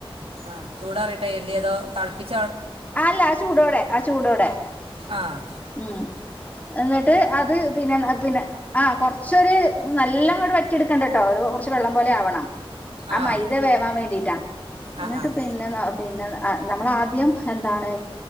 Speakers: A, on the right (about 75°); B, on the left (about 15°).
A: ആഹ് ചൂടാറിട്ട ചെയ്യണ്ടി അതോ തളപ്പിച്ച
B: ആഹ് അല്ല ആ ചൂടോടെ ആ ചൂടോടെ.
A: ആഹ്
B: ഉമ് എന്നിട്ട് അത് പിന്നെ പിന്നെ. ആഹ് കൊറച്ചൊര് നല്ലഇങ്ങട്ട് വറ്റിട്ക്കണ്ടട്ടോ ഒരു കൊറച് വെള്ളം പോലെ ആവണം ആ
A: ആഹ്
B: മൈദ വേവാൻ വേണ്ടിട്ടാ എന്നിട്ട്
A: ആഹ് ആഹ്
B: പ്പൻ പിന്നെ പിന്നെ നമ്മളാദ്യം എന്താണ്